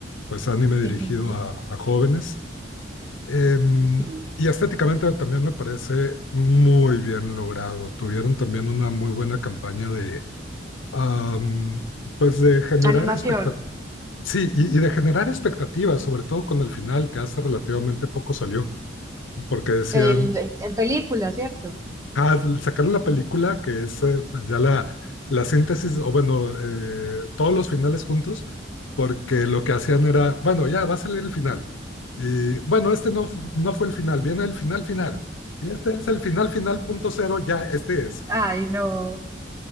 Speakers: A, on the left (about 80°); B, on the right (about 15°).
A: pues anime dirigido
B: ujú.
A: a, a jóvenes. Em,
B: Sí.
A: y estéticamente también me parece muy bien logrado. Tuvieron también una muy buena campaña de, am, pues de generar
B: Animación.
A: expectativas. Sí, y, y de generar expectativas, sobre todo con el final, que hace relativamente poco salió, porque decían,
B: El, en película, ¿cierto?
A: Ah, sacaron la película, que es eh, pues ya la, la síntesis, o bueno, eh, todos los finales juntos, porque lo que hacían era, bueno, ya va a salir el final. Y bueno, este no, fu- no fue el final, viene el final final. Y este es el final final punto cero, ya, este es.
B: Ay, no.